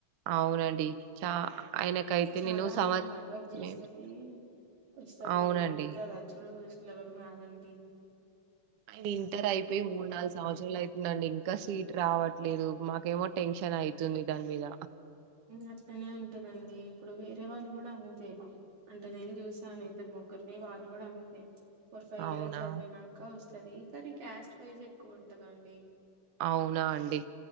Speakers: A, on the right (about 70°); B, on the right (about 90°).
A: అవునండి చ ఆయనకైతే
B: చాలా
A: నేను
B: హార్డ్ వర్క్
A: <unintelligible>
B: చేస్తేనే వస్తది
A: అవునండి
B: లేకపోతే అది <unintelligible>
A: ఆయన ఇంటర్ అయిపోయి మూడు నాలుగు సంవత్సరాలు అయితుందండి ఇంకా సీట్ రావట్లేదు మాకేమో టెన్ చనయితుంది దాని మీద
B: అట్లనే ఉంటదండి ఇప్పుడు వేరే వాళ్ళు కూడా అతే అంటే నేను చూసాను ఇద్దరు ముగ్గురిని వాళ్ళు కూడా అంతే ఫోర్ ఫైవ్
A: అవునా
B: ఇయర్స్ చదివినక వస్తది కానీ క్యాస్ట్ ప్రైస్ గా ఎక్కువ ఉంటదండి
A: అవునా అండి